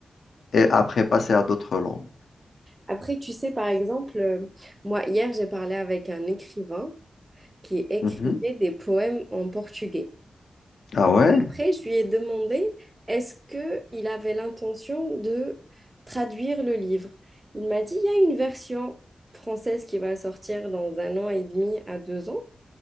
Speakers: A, on the left; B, on the right.
A: et après passer à d'autres langues.
B: Après, tu sais, par exemple, euh, moi, hier, j'ai parlé avec un écrivain qui écrivait
A: Mhm.
B: des poèmes en portugais.
A: Ah ouais?
B: Après, je lui ai demandé est-ce qu'il avait l'intention de traduire le livre. Il m'a dit, il y a une version française qui va sortir dans un an et demi à deux ans.